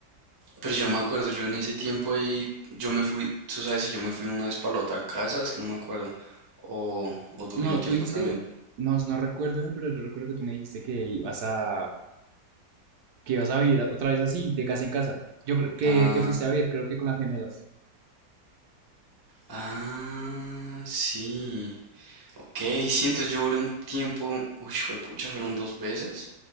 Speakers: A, on the right (about 30°); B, on the right (about 70°).
A: Pero yo no me acuerdo, yo en ese tiempo ahí, yo me fui, tú sabes si yo me fui una vez para la otra casa, es que no me acuerdo, o, o duré
B: No,
A: un tiempo
B: tú dijiste,
A: también.
B: no, no recuerdo bien, pero yo recuerdo que tú me dijiste que ibas a, que ibas a vivir otra vez así, de casa en casa. Yo creo que
A: Ah,
B: te fuiste a vivir, creo que con las gemelas.
A: ah, sí, ok, sí, entonces yo duré un tiempo, uy, pucha, fueron dos veces.